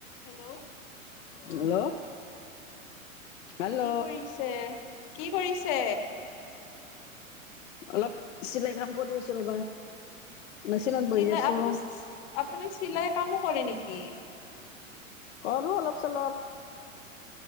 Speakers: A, on the left; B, on the left.
A: হেল্ল'
B: হেল্ল', হেল্ল'
A: কি কৰিছে, কি কৰিছে?
B: অলপ চিলাই কাম কৰি আছোঁ ৰ'বা মেচিনত
A: চিলাই
B: বহি আছো
A: আপুনি চি-চি আপুনি চিলাইৰ কামো কৰে নেকি?
B: কৰো অলপ চলপ